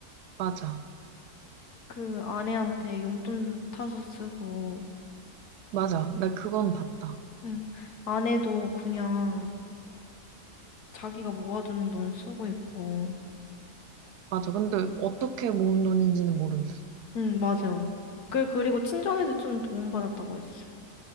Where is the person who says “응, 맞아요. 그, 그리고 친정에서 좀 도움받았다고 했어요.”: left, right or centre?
Left